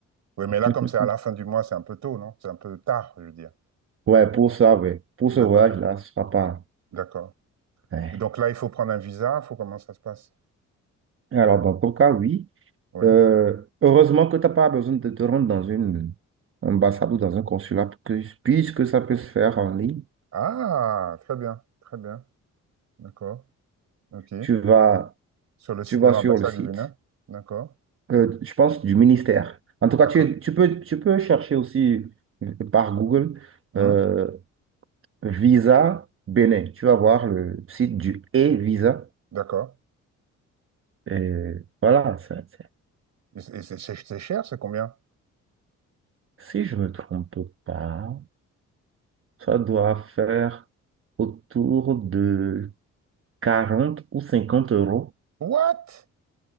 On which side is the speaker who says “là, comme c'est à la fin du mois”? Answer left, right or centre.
Right